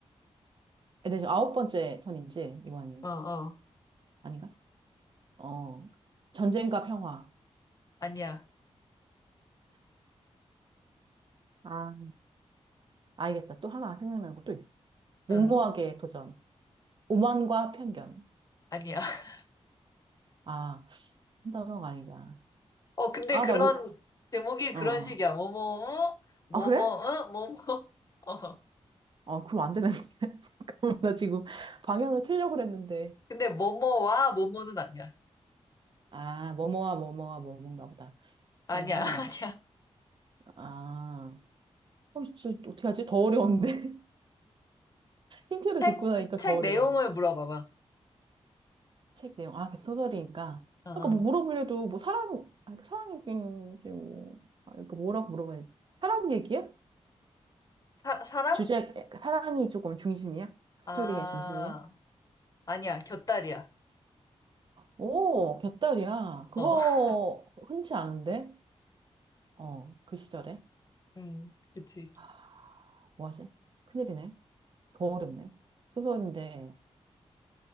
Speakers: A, on the right; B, on the left.
A: 근데 지금 아홉 번째 턴인지, 이거 아
B: 어, 어.
A: 아닌가? 어. 전쟁과 평화.
B: 아니야.
A: 아, 알겠다. 또 하나 생각나는 거 또 있어. 무모하게
B: 응,
A: 도전. 오만과 편견.
B: 아니야. <laughs>
A: 아, 한 단어가 아니다.
B: 어, 근데
A: 아,
B: 그런,
A: 나 못,
B: 제목이
A: 어,
B: 그런
A: 어.
B: 식이야. 뭐뭐, 응? 뭐뭐,
A: 아, 그래?
B: 응? 뭐뭐. <laughs> 어.
A: 아, 그럼 안 되는데. <laughs> 그럼 나 지금 방향을 틀려고 그랬는데.
B: 근데 뭐뭐와 뭐뭐는 아니야.
A: 아, 뭐뭐와 뭐뭐와 뭐뭔가 보다.
B: 아니야,
A: 그러면은,
B: <laughs> 아니야.
A: 아, 어, 진짜 어떻게 하지? 더 어려운데? <laughs> 힌트를
B: 책,
A: 듣고 나니까
B: 책
A: 더 어려워.
B: 내용을 물어봐봐.
A: 책 내용. 아, 그 소설이니까.
B: 어. 어.
A: 아까 뭐 물어보려도 뭐 사랑, 아, 그 사랑 얘기인지 뭐, 아, 그러니까 뭐라고 물어봐야지. 사랑 얘기야?
B: 사, 사랑?
A: 주제, 사랑이 조금 중심이야? 스토리의
B: 아,
A: 중심이야?
B: 아니야. 곁다리야.
A: 오, 곁다리야. 그거
B: 어, <laughs>
A: 흔치 않은데? 어, 그 시절에.
B: 음, 그치.
A: 아, 뭐하지? 큰일이네. 더 어렵네. 소설인데,